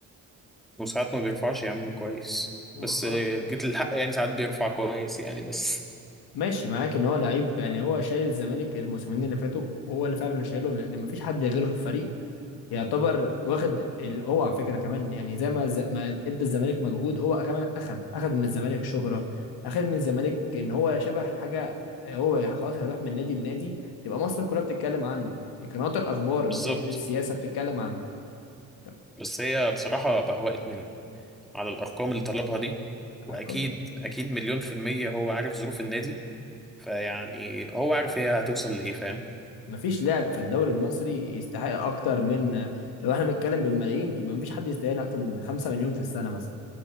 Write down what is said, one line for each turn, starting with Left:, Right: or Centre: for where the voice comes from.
Centre: وساعات ما بيرفعش يا عم كويس
Left: و-
Centre: بس
Left: اه
Centre: آه، جيت للحق يعني ساعات بيرفع كويس يعني بس
Left: ماشي معاك ان هو لعيب يعني هو شايل الزمالك الموسمين اللي فاتوا وهو اللي فعلا شايلهم لان مفيش حد غيره في الفريق يعتبر واخد ال- هو على فكره كمان يعني زي ما الز- ما ادى الزمالك مجهود هو كمان اخد اخد من الزمالك شهره اخد من الزمالك ان هو شبه حاجه هو خلاص هيروح من نادي لنادي تبقى مصر كلها بتتكلم عنه دي قنوات الاخبار
Centre: بالظبط
Left: ال- السياسه بتتكلم عنه طب
Centre: بس هي بصراحة بهوقت منه على الأرقام اللي طلبها دي وأكيد
Left: ارقام
Centre: أكيد مليون في المية هو عارف ظروف النادي فيعني هو عارف هي هتوصل لإيه فاهم
Left: مفيش لاعب في الدوري المصري يستحق اكتر من لو احنا بنتكلم بالملايين يبقى مفيش حد يستاهل اكتر من 5 مليون في السنه مثلا